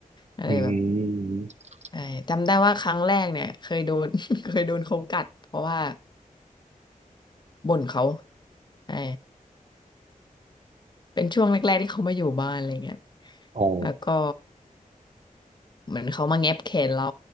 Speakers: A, on the left; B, on the right.
A: อะไรแบบ
B: อืม
A: ใช่จำได้ว่าครั้งแรกเนี่ยเคยโดน <laughs> เคยโดนเขากัดเพราะว่าบ่นเขาใช่เป็นช่วงแรกๆที่เขามาอยู่บ้านอะไรเงี้ย
B: อ๋อ
A: แล้วก็เหมือนเขามาแงบแขนเรา